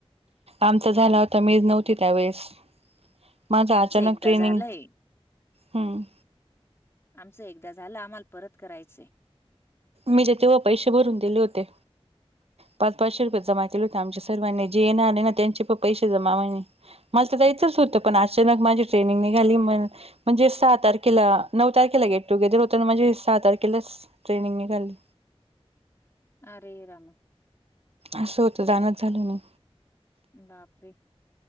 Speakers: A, on the right (about 70°); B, on the left (about 25°).
A: आमचा
B: त्याच्यामुळे
A: झाला होता मीच नव्हती त्यावेेळेस. माझा
B: आमचं
A: अचानक
B: एकदा
A: ट्रेनिंग
B: झालंय.
A: हम्म
B: आमचं एकदा झालं आम्हाला परत करायचंय.
A: मी जे तेव्हा पैसे भरून दिले होते. पाच पाचशे रुपये जमा केले होते आमच्या सर्वांनी जे येणार नाय ना त्यांचे पण पैसे जमा <unintelligible> मला तर जायचंच होतं पण अचानक माझी ट्रेनिंग निघाली मग, म्हणजे सहा तारखेला नऊ तारखेला गेटु गेदर होत ना माझे म्हणजे सहा तारखेला ट्रेनिंग निघाली.
B: आ रे रामा.
A: असं होतं, जाणच झालं नाही.
B: बापरे!